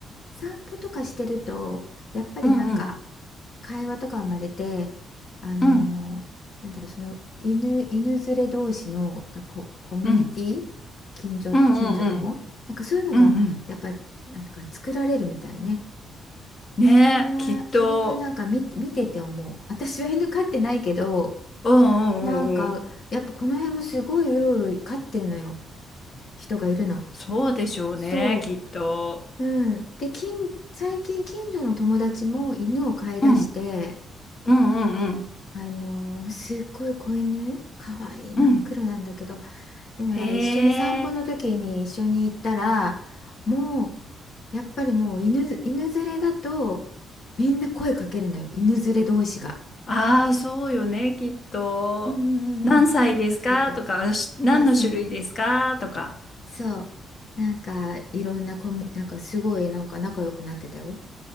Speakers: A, on the left (about 55°); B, on the left (about 40°).
A: 散歩とかしてると、やっぱりなんか
B: うんうん
A: 会話とか生まれて、あのーなんだろう、
B: うん
A: その犬、犬連れ同士のがこコミュニティ、
B: うん
A: 近所、
B: うんうん
A: 近所でも、なんかそういうのがやっぱなんか作られるみたいね。
B: うんうんねえ、
A: それは、
B: きっと。
A: それはなんか見、見てて思う。私は犬飼ってないけど、
B: うんうんうんうん。
A: なんかやっぱこの辺もすごいうろうろ飼ってるのよ。人がいるの。
B: そうでしょうね、
A: そ
B: きっと。
A: う。うん。で、近、最近近所の友達も犬を飼い出して、
B: うんうんうんうん
A: あのーすっごい子犬、かわいい、真っ黒なんだけど、
B: うん
A: でもなんか一緒に散歩の時に一緒に行ったら、
B: へえ。
A: もう、やっぱりもう犬、犬連れだと、みんな声かけるのよ。犬連れ同士が。
B: ああ、そうよね、きっと。
A: うんうんうんうん。
B: 何歳ですかとか、
A: お散歩してて。
B: し何の種類ですかとか。
A: そうそう、そう。なんか、いろんなコミュ、なんかすごい、なんか仲良くなってたよ。